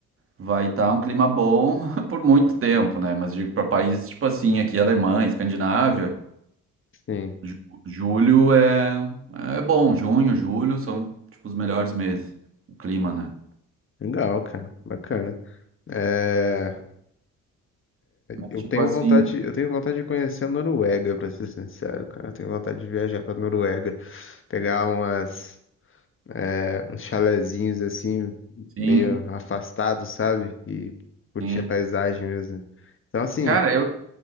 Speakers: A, on the right; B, on the left.
A: vai estar um clima bom <laughs> por muito tempo, né? Mas digo para países tipo assim, aqui Alemanha, Escandinávia,
B: Sim.
A: ju- julho é é bom, junho, julho são tipo os melhores meses, o clima, né?
B: Legal, cara. Bacana. É,
A: Mas
B: eu
A: tipo
B: tenho
A: assim,
B: vontade, eu tenho vontade de conhecer a Noruega, pra ser sincero, cara. Eu tenho vontade de viajar pra Noruega, pegar umas, é, uns chalezinhos assim,
A: sim,
B: meio afastados, sabe? E curtir
A: sim.
B: a paisagem mesmo. Então, assim,
A: Cara, eu